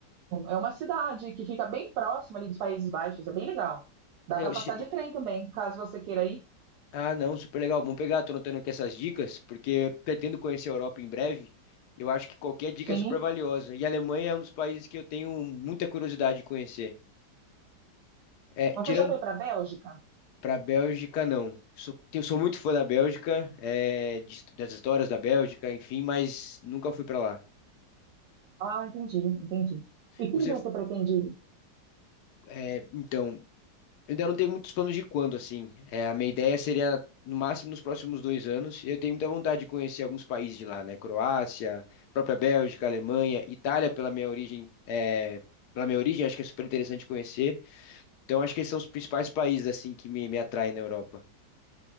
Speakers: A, on the right; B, on the left.
A: É uma cidade que fica bem próxima ali dos Países Baixos, é bem legal. Dá
B: Que legal.
A: para passar
B: Ge-
A: de trem também, caso você queira ir.
B: Ah, não, super legal. Vamos pegar, tô anotando aqui essas dicas, porque eu pretendo conhecer a Europa em breve. E Eu acho que qualquer dica
A: Sim.
B: é super valiosa. E a Alemanha é um dos países que eu tenho muita curiosidade de conhecer. É,
A: Você
B: tirando
A: já foi para a Bélgica?
B: Para a Bélgica, não. Sou, eu sou muito fã da Bélgica, é, de- das histórias da Bélgica, enfim, mas nunca fui para lá.
A: Ah, entendi, entendi. E
B: Você,
A: quando você pretende ir?
B: é, então, eu ainda não tenho muitos planos de quando, assim. É, a minha ideia seria, no máximo, nos próximos dois anos. Eu tenho muita vontade de conhecer alguns países de lá, né? Croácia, própria Bélgica, Alemanha, Itália, pela minha origem, é, pela minha origem, acho que é super interessante conhecer. Então, acho que esses são os principais países, assim, que me, me atraem na Europa.